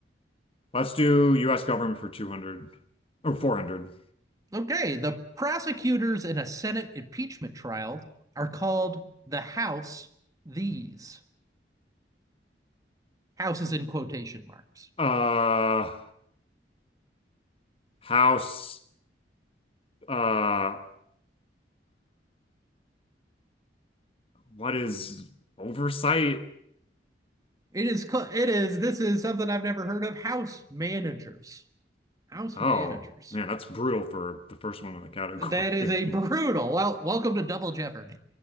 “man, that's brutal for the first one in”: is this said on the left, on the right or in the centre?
Left